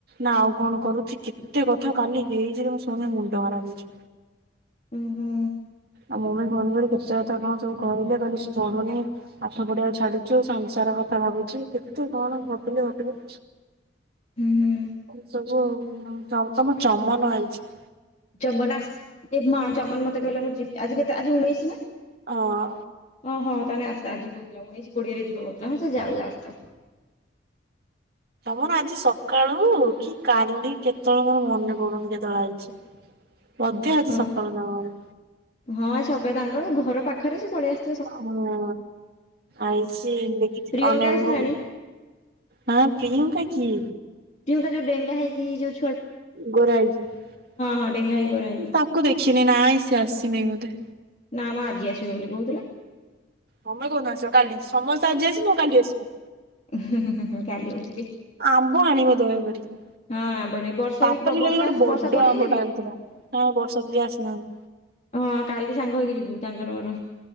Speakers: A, on the right; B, on the left.
A: ନା ଆଉ କଣ କରୁଛି କେତେ କଥା କାଲି ହେଇଛି ଯେ ମୁଁ ଶୁଣ ମୁଣ୍ଡ ହରାପ ହେଇଛି।
B: ହୁଁ ହୁଁ।
A: ଆଉ ମମି ଫୋନ କରି କେତେ କଥା କଣ ସବୁ କହିଲେ କହିଲ ସେ ପଢୁନି। ପାଠ ପଢିଆ ଛାଡୁଛୁ ସଂସାର କଥା ଭାବୁଛି କେମୁ କଣ ଭପିଲି ଗପିଲି।
B: ହୁଁ ହୁଁ
A: ଏ ସବୁ ତମ ଚମନ ଆଇଛି।
B: ଚମନ ଆସ ଏ ମା ଚମନ ମତେ କହିଲେ ମୁଁ ଯିବି ଆଜି କେତେ ଆଜି ଉଣେଇଶି ନା।
A: ହଁ।
B: ହଁ ହଁ ତାହେ ଆ ଆଜି ହଉଥିଲା ଉଣେଇଶ କୋଡିଏରେ ଯିବା କଉଥିଲା ହଁ ସେ ଯାଉ ଆସ
A: ତମର ଆଜି ସକାଳୁ କି କାଲି କେତେବେଳେ ମୋର ମନେ ପଡୁନି କେତେବେଳେ ଆଇଛି।
B: <inaudible>
A: ବଧେ ଆଜି
B: ଓ
A: ସକାଳ ନ କଣ।
B: ହଁ ଛକ ତାଙ୍କର କଣ ଘର ପାଖରେ ସେ ପଳେଇଆସ
A: ହଁ ଆଇଛି ଦେଖିଛି
B: ପ୍ରିୟଙ୍କା
A: ଅନେଇ
B: ଆସିଲାଣି
A: ଅନ ହଁ ପ୍ରିୟଙ୍କା କି?
B: ପ୍ରିୟଙ୍କା ଯଉ ଡେଙ୍ଗା ହେଇକି ଯଉ
A: ଗୋରା ହେଇକି
B: ହଁ ଡେଙ୍ଗା ହେଇକି ଗୋରା ହେଇକି
A: ତାକୁ ଦେଖିନି ନାଁ ସେ ଆସିନି ବୋଧେ।
B: ନା ଆମ ଆଜି ଆସିବେ ବୋଲି କହୁଥିଲେ।
A: ତମେ କହୁ ଆସ କାଲି ସମସ୍ତେ ଆଜି ଆସିବ କାଲି ଆସିବ।
B: ହଁ ହୁ ହଁ କାଲି ମୁଁ ଜି।
A: ଆମ୍ବ ଆଣିବ ଦୟାକରିକି
B: ହଁ ଆମ୍ବାନୀ ବର୍ଷା
A: ପାପାଲି
B: ବି ବର୍ଷା
A: କାଲି ଗୋଟେ ବଡ
B: ବର୍ଷା ପଳେଇଆଇଲା
A: ଆମ୍ବ
B: କି?
A: ଟା ଆଣିଥିଲା। ହଁ ବର୍ଷା ପ୍ରିୟା ଆସି ନାହାନ୍ତି।
B: ହଁ କାଲି ସାଙ୍ଗ ହେଇକି ଯିବୁ ତାଙ୍କର ମୋର।